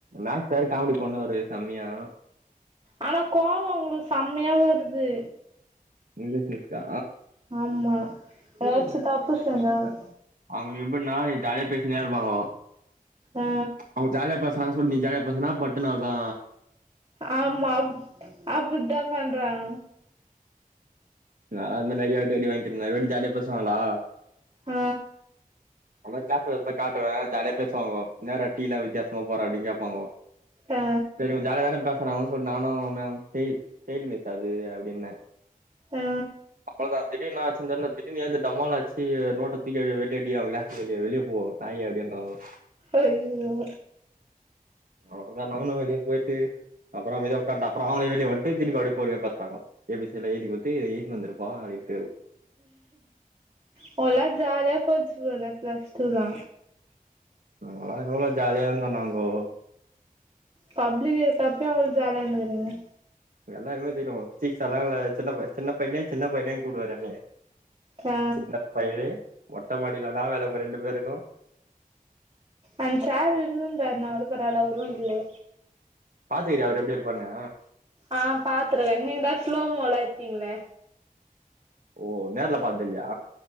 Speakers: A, on the right; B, on the right.
A: மேக்ஸ் சார் காமெடி பண்ணுவாரு செமையா
B: ஆனா கோவ அவங்ளுக்கு செமையா வருது
A: இங்கிலீஷ் மிஸ்கா
B: ஆமா ஏதாச்சு தப்பு செஞ்சாதா
A: அவுங்க எப்டினா ஜாலியா பேசிக்கினே இருப்பாங்கோ
B: ஆ
A: அவுங்க ஜாலியா பேசுறாங்க நீ ஜாலிய பேசுனா பட்டுன்னு அவ்ளவுதா
B: ஆமா அப்டிதா பண்றாங்க
A: நா இந்தமாரி நெறையாவாட்டி அடி வாங்கிக்கிறே நெறைவாட்டி ஜாலியா பேசுவாங்ளா
B: அ
A: மொதல்ல கிளாஸ் ஒர்க் காட்டுவே ஜாலியா பேசுவாங்கோ என்னடா டீ எல்லா வித்தியாசமா போற அப்படின்னு கேப்பாங்கோ
B: ஆ
A: சேரி இவுங்க ஜாலியா தானே பே சுறாங்க சொல் நானு மேம் ஸ்டைல் ஸ்டைல் மிஸ்சு அது அபடின்னே
B: ஆ
A: அப்போதா திடீர் என்னாச்சி தெர்ல திடீன்னு ஏந்து டமால் அடிச்சி நோட்ட தூக்கி <unintelligible> வெளிய போ நாயே அப்டின்றாங்கோ
B: அய்யியோ
A: அவ்ளோதா நானு வெளிய போய்ட்டு அப்றோ அமைதியா உக்காந்தப்பறோ அவுங்களே வெளிய வன்ட்டு திரும் அப்டே பொருமயா பாத்தாங்கோ ஏ பி சி லா எழ்தி குத்து எய்தின் வந்துருப்பா அப்டின்
B: உங்கல்லா ஜால்யா போச்சிப் போல ப்ளஸ்டூலா
A: நாங்களா எவ்ளோ ஜாலியார்ந்தோ நாங்கோ
B: பப்ளிக் இருக்கப்யே அவ்ள் ஜாலியா இந்துக்குறிங்க
A: என்ன எல்லாருக்மே தெரியு ஃபிசிக்ஸ் சார்லா என்ன சின்ன பை சின்ன பைனே சின்ன பைனேனு கூப்டுவாரு எனய
B: ஆ
A: சின்ன பயலே மொட்ட மாடியில இன்னா வேல உங்க ரெண்டு பேருக்கு
B: அந் சார் இர்ந்துந்தார்னா கூட பரவால அவுரு இல்லே
A: பாத்துக்குறியா அவ்ரு எப்டி இர்ப்பார்னு
B: ஆ பாத்துருக்க நீங்தா ஸ்லோமோலா எத்திங்ளே
A: ஓ நேர்ல பாத்தில்யா